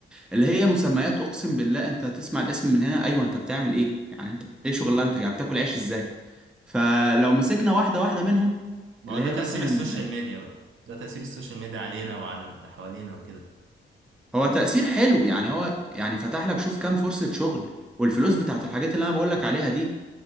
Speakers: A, in the centre; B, on the right.
A: اللي هي مسميات اقسم بالله انت تسمع الاسم من هنا ايوه انت بتعمل ايه يعني انت ايه شغلانتك يعني بتاكل عيش ازاي فلو مسكنا واحده واحده منهم
B: ما
A: اللي
B: هو ده
A: هي
B: تاثير
A: مثلا
B: السوشيال ميديا بقى ده تاثير السوشيال ميديا علينا وعلى اللي حوالينا وكده
A: هو تأثير حلو يعني هو يعني فتح لك شوف كام فرصة شغل والفلوس بتاعت الحاجات اللي انا بقول لك عليها دي